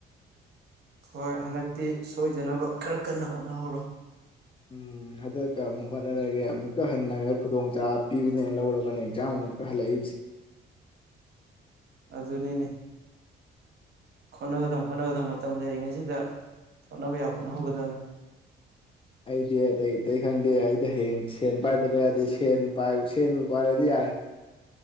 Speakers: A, on the right; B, on the left.
A: ꯍꯣꯏ ꯍꯟꯗꯛꯇꯤ ꯁꯣꯏꯗꯅꯕ ꯈꯔ ꯀꯟꯅ ꯍꯣꯠꯅꯍꯧꯔꯣ꯫
B: ꯎꯝ ꯍꯟꯗꯛꯀ ꯑꯃꯨꯛ ꯍꯣꯠꯅꯔꯒꯦ ꯑꯃꯨꯛꯀ ꯍꯟꯅꯒ ꯈꯨꯗꯣꯡꯆꯥꯥꯕ ꯄꯤꯕꯅꯦꯅ ꯂꯧꯔꯕꯅꯦ ꯑꯦꯛꯖꯥꯝ ꯑꯃꯨꯛꯀ ꯍꯜꯂꯛꯏꯕꯁꯦ꯫
A: ꯑꯗꯨꯅꯤꯅꯦ ꯍꯣꯠꯅꯒꯗꯝ ꯍꯣꯠꯅꯒꯗꯝ ꯃꯇꯝ ꯂꯩꯔꯤꯉꯩꯁꯤꯗ ꯍꯣꯠꯅꯕ ꯌꯥꯕ ꯍꯣꯠꯅꯍꯧꯒꯗꯕꯅꯤ꯫
B: ꯑꯩꯗꯤ ꯑꯇꯩ ꯑꯇꯩ ꯈꯪꯗꯦ ꯑꯩꯗ ꯍꯌꯦꯡ ꯁꯦꯟ ꯄꯥꯏꯗꯕ ꯌꯥꯗꯦ ꯁꯦꯟ ꯄꯥꯏ ꯁꯦꯟꯕꯨ ꯄꯥꯏꯔꯗꯤ ꯌꯥꯔꯦ꯫